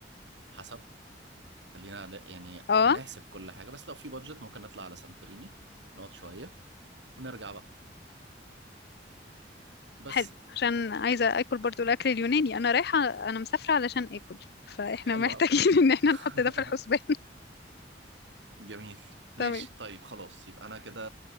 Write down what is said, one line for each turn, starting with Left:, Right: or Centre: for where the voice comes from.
Right: حسب خلينا على- يعني
Left: اه
Right: هنحسب كل حاجة بس لو في بادجت ممكن نطلع على سانتوريني نقعد شوية ونرجع بقى بس
Left: حلو عشان عايزة اكل برضو الاكل اليوناني انا رايحة انا مسافرة علشان اكل فاحنا
Right: حلو
Left: محتاجين
Right: أوي
Left: <laughs> ان احنا
Right: <laughs>
Left: نحط ده في الحسبان
Right: جميل
Left: <laughs>
Right: ماشي
Left: تمام
Right: طيب خلاص يبقى أنا كده